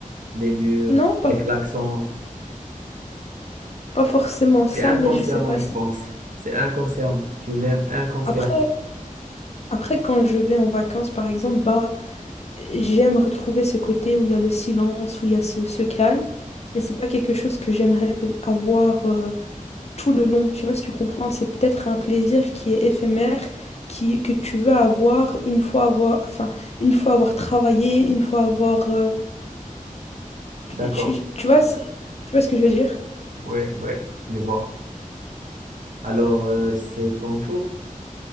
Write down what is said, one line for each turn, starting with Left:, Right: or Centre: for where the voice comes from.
Right: les murs,
Left: Non, pas,
Right: les klaxons.
Left: pas forcément ça,
Right: C'est inconsciemment,
Left: mais je sais pas
Right: je
Left: si...
Right: pense. C'est inconsciemment. Tu l'aimes inconsciemment.
Left: Après, après, quand je vais en vacances, par exemple, bah... J'aime retrouver ce côté où il y a le silence, où il y a ce, ce calme, mais c'est pas quelque chose que j'aimerais peut- avoir euh, tout le long. Je sais pas si tu comprends, c'est peut-être un plaisir qui est éphémère, qui, que tu veux avoir une fois avoir, enfin, une fois avoir travaillé, une fois avoir, euh,
Right: D'accord.
Left: tu, tu- tu vois, c'est- tu vois ce que je veux dire?
Right: Ouais, ouais, je vois. Alors, euh, c'est ton tour.